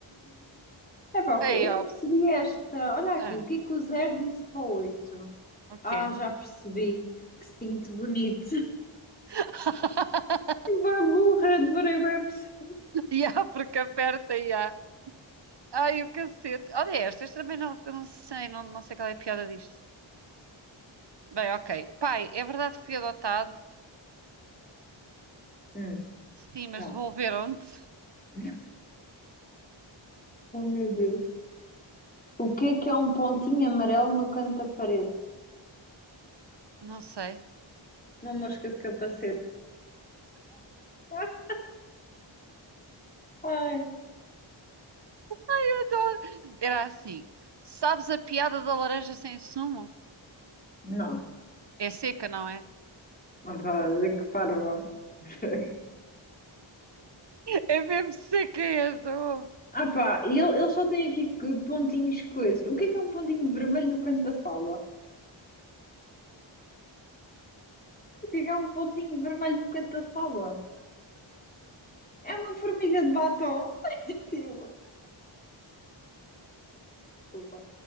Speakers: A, on the left (about 20°); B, on the right (about 60°).
A: É pá, <laughs> ok.
B: Ei,
A: Eu
B: ó.
A: não percebi esta. Olha aqui,
B: Ah,
A: o que é que o zero disse para o 8?
B: o quê?
A: Ah, já percebi. Que cinto bonito. <laughs>
B: <laughs>
A: Bem burra, demorei bem a perceber.
B: E há, porque aperta e há. Ai, o cacete. Olha estas também não, não sei, não, não sei qual é a piada disto. Bem, ok. Pai, é verdade que fui adotado?
A: Hum,
B: Sim, mas
A: então.
B: devolveram-te?
A: <laughs> Oh, meu Deus. O que é que é um pontinho amarelo no canto da parede?
B: Não sei.
A: Uma mosca de capacete. <laughs> Ai.
B: Adoro. Era assim. Sabes a piada da laranja sem sumo?
A: Não.
B: É seca, não é?
A: Opa, que parvo. <laughs>
B: É mesmo seca esta, ouve.
A: Ah pá, e ele, ele só tem aqui que pontinhos coisa. O que é que é um pontinho vermelho no canto da sala? O que é que é um pontinho vermelho no canto da sala? É uma formiga de batom. <laughs> Tipo, desculpa.